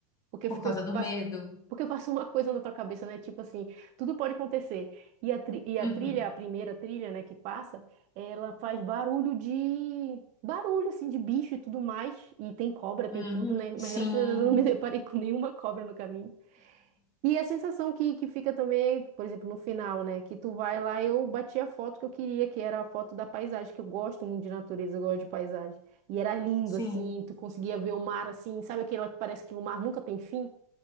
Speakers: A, on the right; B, on the left.
A: Porque
B: por
A: eu fiquei...
B: causa
A: pass-
B: do medo.
A: Porque passa uma coisa na tua cabeça, né? Tipo assim, tudo pode acontecer. E a, tri- e
B: Uhum,
A: a trilha, a primeira trilha, né, que passa, ela faz barulho de... Barulho, assim, de bicho e tudo mais. E tem cobra,
B: uhum,
A: tem tudo, né? Mas
B: sim,
A: graças a Deus eu não me <laughs> deparei com nenhuma cobra no caminho. E a sensação que, que fica também, é, por exemplo, no final, né? Que tu vai lá, eu bati a foto que eu queria, que era a foto da paisagem, que eu gosto muito de natureza, eu gosto de paisagem. E era lindo,
B: sim.
A: assim, tu conseguia ver o mar, assim, sabe aquela que parece que o mar nunca tem fim?